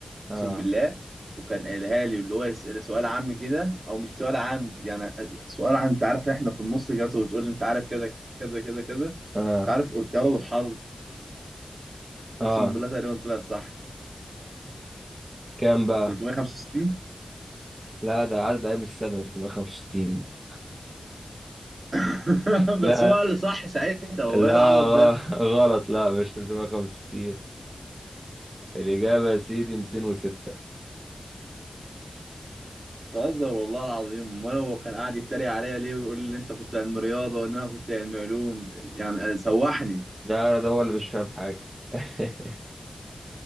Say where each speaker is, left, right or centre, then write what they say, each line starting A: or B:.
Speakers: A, on the right (about 65°); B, on the right (about 45°).
A: اقسم
B: آه
A: بالله وكان قايلها لي اللي هو يسأل سؤال عام كده او مش سؤال عام يعني سؤال عن انت عارف احنا في النص كده وتقول لي انت عارف كده كده كده كده انت
B: آه
A: عارف قلتها له بالحظ اقسم
B: آه
A: بالله تقريبا طلع صح
B: كام بقى
A: 365
B: لا ده عدد أيام السنة 365 دي
A: <laughs>
B: لا
A: بس هو اللي صح ساعتها هو
B: لا
A: ايه العبط
B: غ-
A: ده
B: غلط لا مش 365 الإجابة يا سيدي 206
A: بتهزر والله العظيم امال هو كان قاعد يتريق عليا ليه ويقول لي ان انت كنت علم رياضه وان انا كنت علم علوم يعني سوحني
B: ده أنا ده هو اللي مش فاهم حاجة <laughs>